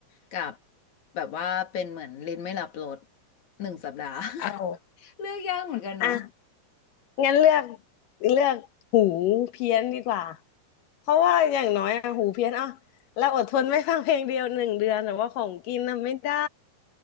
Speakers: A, on the left (about 60°); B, on the left (about 80°).
A: กับแบบว่าเป็นเหมือนลิ้นไม่รับรสหนึ่งสัปดาห์
B: เอา
A: <laughs> เลือกยากเหมือนกันเนาะ
B: อ่ะ งั้นเลือกเลือกหูเพี้ยนดีกว่าเพราะว่าอย่างน้อยอะหูเพี้ยนอ่ะเราอดทนไม่ฟังเพลงเดียวหนึ่งเดือนแต่ว่าของกินน่ะไม่ได้